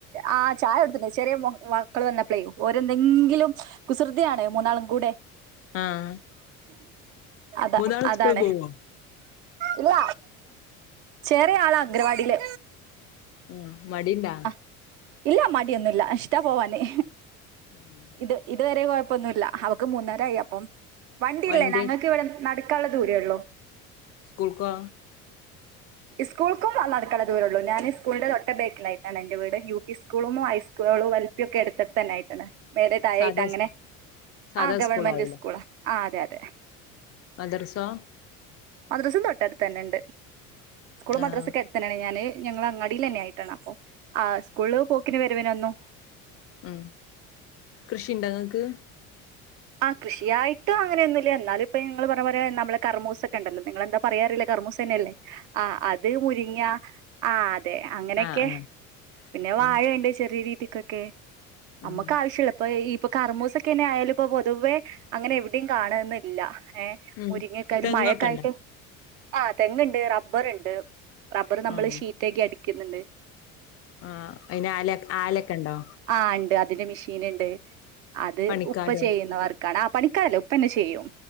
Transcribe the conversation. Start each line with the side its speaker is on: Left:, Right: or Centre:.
Right: ആ ചായ കൊട്ത്‌ട്ട്ണ്ട് ചെറിയ മക്കള് വന്നപ്ലെ ഓരെന്തെങ്കിലും കുസൃതിയാണ് മൂന്നാളും കൂടെ
Left: ആഹ്
Right: അതാ
Left: മൂന്നാളും
Right: അതാണ്
Left: സ്കൂള് പോവോ
Right: ഇല്ല ചെറിയ ആളാ അംഗനവാടിയില്
Left: മ് മടിണ്ടാ
Right: ആ ഇല്ല മടിയൊന്നുംല്ല ഇഷ്ട പോവാന്
Left: ആഹ്
Right: ഇത് ഇതുവരെ കുഴപ്പമൊന്നുമില്ല അവക്ക് മൂന്നരായി അപ്പ വണ്ടില്ലേ
Left: വണ്ടി
Right: ഞങ്ങൾക്ക് ഇവിടെ നടുക്ക ക്കാ ഉള്ള ദൂരേ ഉള്ളൂ
Left: സ്കൂൾ കോ
Right: സ്കൂൾക്കും നടക്കണ ദൂരെ ഉള്ളൂ ഞാൻ സ്കൂളിന്റെ തൊട്ട ബേക്കിലായിട്ടാണ് എന്റെ വീട് യു പി സ്കൂളും ഹൈസ്കൂളുകളും എൽ പിയൊക്കെ അടുത്തടുത്തായിട്ടാണ് മേലെ താഴെയായിട്ടങ്ങനെ
Left: സാധാ സാധാ
Right: ആഹ് ഗവൺമെന്റ്
Left: സ്കൂളാവൂലേ
Right: സ്കൂൾ ആഹ് അതെ അതെ
Left: മദ്രസോ
Right: മദ്രസേം തൊട്ടടുത്ത് തന്നെ ഉണ്ട് സ്കൂൾ മദ്രസക്കടുത്തന്നെയാണ്
Left: ആഹ്
Right: ഞാന് ഞങ്ങളങ്ങാടിയിലന്നെ ആയിട്ടാണ് അപ്പൊ ആഹ് സ്കൂള്ള് പോക്കിന് വരവിനൊന്നു
Left: ഉം കൃഷിണ്ടങ്ങക്ക്
Right: ആഹ് കൃഷിയായിട്ട അങ്ങനൊന്നുമില്ല എന്നാല ഇപ്പൊ നിങ്ങള് പറയും പോലെ നമ്മളെ കർമൂസൊക്കെ ഉണ്ടല്ലോ നിങ്ങെന്താ പ പറയാറില്ല കർമൂസന്നയല്ലേ ആഹ് അത് മുരിങ്ങ ആഹ് അ അതെ അങ്ങനെയൊക്കെ
Left: ആഹ് ആഹ്
Right: പിന്നെ വാഴയുണ്ട്
Left: ആഹ്
Right: ചെറിയ രീതി ക്കക്കെ നമ്മുക്ക്
Left: ആഹ്
Right: ആവശ്യള്ളപ്പോ ഇ ഇപ്പോ കർമൂസൊക്കെന്നെ ആയാലും ഇപ്പൊ പൊതുവേ അങ്ങനെ എവിടയും കാണന്നില്ല ഏ
Left: ഉം
Right: മുരിങ്ങക്കാ ഒരു
Left: തെങ്ങൊക്കെണ്ടോ
Right: മഴയൊക്കായിട്ട് ആഹ് തെങ്ങുണ്ട് റബ്ബർണ്ട് റബ്ബറു നമ്മള്
Left: ആഹ്
Right: ഷീറ്റൊക്കെ അടിക്ക ക്കുന്നുണ്ട്
Left: ആഹ് അയിന് ആല ആലൊക്കെ ഉണ്ടോ
Right: ആ ഉണ്ട് അതിന്റെ മെഷീൻ ഉണ്ട് അത്
Left: പണിക്കാരോ
Right: ഉ പ്പ ചെയ്യുന്നവർക്കാണ് അ പണിക്കാല ഉപ്പന്നെ ചെയ്യും